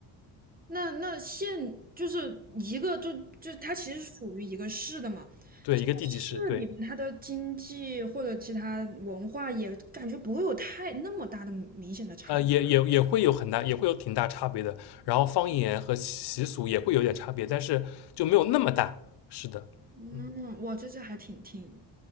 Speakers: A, on the right; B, on the left.
A: 那那县就是一个，就就它其实属于一个市的嘛，
B: 对，一个地级市，
A: 市里面它的经济或者其他文化也感觉不会有太那么大的明显的差异。
B: 对，呃，也也也会有很大，也会有挺大差别的。然后方言和习俗也会有点差别，但是就没有那么大。是的，
A: 嗯，
B: 嗯，
A: 哇，这这还挺挺